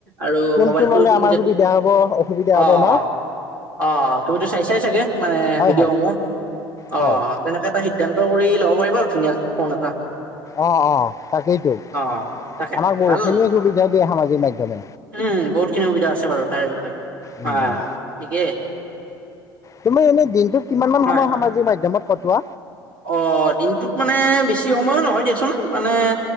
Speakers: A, on the right (about 80°); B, on the left (about 30°).
A: আৰু
B: কোনটো
A: মোবাইলটো
B: ল'লে
A: তুমি
B: আমাৰ
A: যে
B: সুবিধা হ'ব অসুবিধা হ'ব
A: অহ।
B: ন
A: অ তুমিতো চাই চাই চাগে? মানে
B: হয়
A: ভিডিঅ'সমূহ।
B: হয় হয়
A: অ তেনেকে এটা সিদ্ধান্ত কৰি ল'ব পাৰিবা আৰু ধুনীয়া ফোন এটা।
B: অ অ তাকেইতো
A: অ তাকেতো।
B: আমাক বহুতখিনিয়ে
A: ভাল
B: সুবিধা দিয়ে সামাজিক মাধ্যমে।
A: উম বহুত খিনি সুবিধা আছে বাৰু তাৰ বিষয়ে
B: উম
A: অহ
B: উম।
A: থিকেই।
B: তুমি এনে দিনটোক কিমানমান
A: হয়।
B: সময় সামাজিক মাধ্যমত কটোৱা?
A: অ দিনটোত মানে বেছি সময়ো নহয় দিয়াচোন, মানে